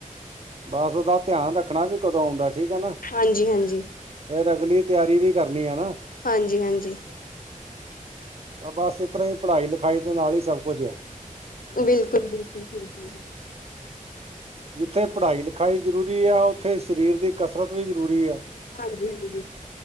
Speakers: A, on the right (about 45°); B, on the left (about 85°).
A: ਬਸ ਉਹਦਾ ਧਿਆਨ ਰੱਖਣਾ ਵੀ ਕਦੋਂ ਆਉਂਦਾ ਠੀਕ ਹੈ ਨਾ।
B: ਹਾਂਜੀ-ਹਾਂਜੀ।
A: ਫੇਰ ਅਗਲੀ ਤਿਆਰੀ ਵੀ ਕਰਨੀ ਆ ਹੈ ਨਾ।
B: ਹਾਂਜੀ-ਹਾਂਜੀ।
A: ਤਾਂ ਬਸ ਇਸ ਤਰਾ ਹੀ ਪੜ੍ਹਾਈ ਲਿਖਾਈ ਦੇ ਨਾਲ ਹੀ ਸਭ ਕੁਝ ਆ।
B: ਬਿਲਕੁਲ-ਬਿਲਕੁਲ ਠੀਕ ਹੈ ਜੀ।
A: ਜਿੱਥੇ ਪੜ੍ਹਾਈ ਲਿਖਾਈ ਜ਼ਰੂਰੀ ਆ, ਉੱਥੇ ਸਰੀਰ ਦੀ ਕਸਰਤ ਵੀ ਜ਼ਰੂਰੀ ਆ।
B: ਹਾਂਜੀ-ਹਾਂਜੀ।